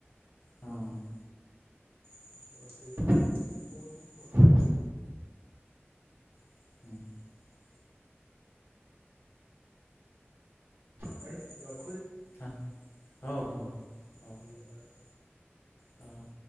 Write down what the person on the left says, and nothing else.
ହଁ ହଁ
<inaudible>
ହ ହଉ ହଉ ହଉ ହଉ।
ହଉ